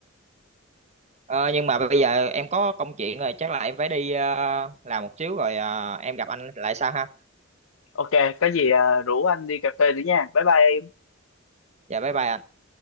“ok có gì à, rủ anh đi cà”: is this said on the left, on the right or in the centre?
Left